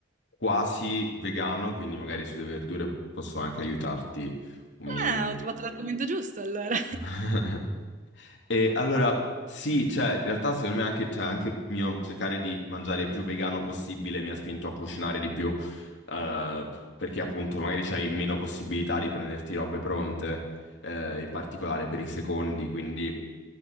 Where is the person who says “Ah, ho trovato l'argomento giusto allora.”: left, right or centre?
Right